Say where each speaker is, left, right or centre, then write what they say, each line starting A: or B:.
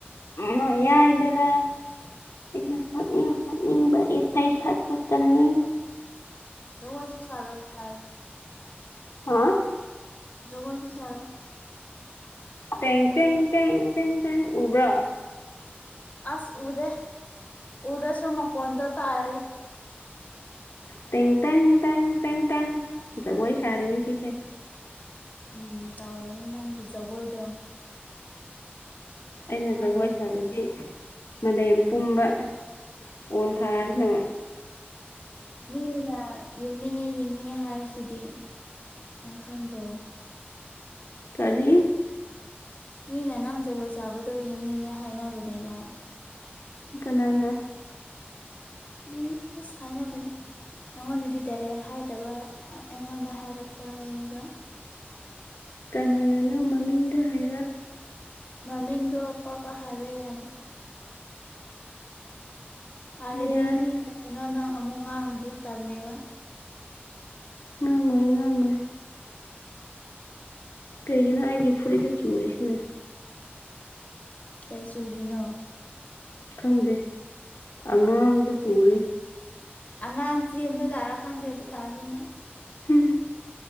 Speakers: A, on the left; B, on the left.
A: ꯃꯌꯥꯏꯗꯔꯥ ꯑꯩꯅ ꯁꯛꯅꯤꯡ ꯁꯛꯅꯤꯡꯕ ꯏꯁꯩ ꯁꯛꯂꯛꯀꯅꯤ
B: ꯖꯒꯣꯢꯁꯨ ꯁꯔꯣ ꯑꯗꯨ ꯇꯔꯥꯗꯤ
A: ꯍꯥꯥ.....
B: ꯖꯒꯣꯢꯁꯨ ꯁꯥꯔꯣ
A: ꯇꯦꯡ ꯇꯦꯡ ꯇꯦꯡ ꯇꯦꯡꯦ ꯇꯦꯡ ꯎꯕ꯭ꯔꯣ
B: ꯑꯁ ꯎꯗꯦ ꯎꯗꯔꯥꯁꯨ ꯃꯈꯣꯟꯗꯣ ꯇꯥꯔꯒꯦ
A: ꯇꯦꯡ ꯇꯦꯡ ꯇꯦꯡ ꯇꯦꯡ ꯇꯦꯡ ꯖꯒꯣꯏ ꯁꯔꯤꯅꯤ ꯁꯤꯁꯦ
B: ꯎꯝ ꯇꯧꯔꯅꯤ ꯅꯪꯒꯤ ꯖꯒꯣꯏꯗꯣ
A: ꯑꯩꯅ
B: ꯅꯨꯡꯉꯥꯏꯕ
A: ꯖꯒꯣꯏ ꯁꯥꯔꯗꯤ ꯃꯥꯂꯦꯝ ꯄꯨꯝꯕ ꯑꯣꯟ ꯊꯥꯔꯅꯥ
B: ꯃꯤꯅ ꯌꯦꯡꯅꯤꯡꯉꯦ ꯌꯦꯡꯅꯤꯡꯉꯦ ꯍꯥꯏꯔꯤꯁꯤꯗꯤ ꯅꯪ ꯈꯪꯗ꯭ꯔꯣ
A: ꯀꯔꯤ
B: ꯃꯤꯅ ꯅꯪ ꯖꯒꯣꯏ ꯁꯥꯕꯗꯣ ꯌꯦꯡꯅꯤꯡꯉꯦ ꯍꯥꯏꯅꯕꯅꯦꯕ
A: ꯀꯅꯥꯅ
B: ꯃꯤ ꯑꯁ ꯍꯥꯏꯅꯕꯅꯦ ꯅꯪꯉꯣꯟꯗꯗꯤ ꯗꯥꯏꯔꯦꯛ ꯍꯥꯏꯗꯕ ꯑꯩꯉꯣꯟꯗ ꯍꯥꯏꯔꯛꯄ ꯂꯩꯌꯦꯕ
A: ꯀꯅꯥꯅꯅꯣ ꯃꯃꯤꯡꯗꯣ ꯍꯥꯏꯔꯣ
B: ꯃꯃꯤꯡꯗꯣ ꯄꯥꯛ ꯄꯥꯛ ꯍꯥꯏꯕ ꯌꯥꯗꯦ ꯍꯥꯏꯔꯗꯤ
A: ꯌꯥꯏ
B: ꯃꯤꯗꯨ ꯀꯩꯅꯣ ꯅꯪ ꯑꯃꯨꯛ ꯉꯥꯡꯔꯗꯤ ꯇꯜꯂꯦꯕ
A: ꯉꯥꯡꯉꯣꯏ ꯉꯥꯡꯉꯣꯏ ꯀꯩꯒꯤꯅꯣ ꯑꯩꯒꯤ ꯐꯨꯔꯤꯠꯗ ꯆꯨꯔꯤꯁꯤꯅꯥ
B: ꯀꯩ ꯆꯨꯔꯤꯅꯣ
A: ꯈꯪꯗꯦ ꯑꯉꯥꯡꯕ ꯆꯨꯔꯦ
B: ꯑꯉꯥꯡ ꯆꯦꯟꯕ ꯖꯠꯂꯥ ꯈꯪꯗꯦ ꯑꯗꯨꯇꯥꯔꯗꯤ ꯅꯪ
A: ꯍꯤꯍꯤ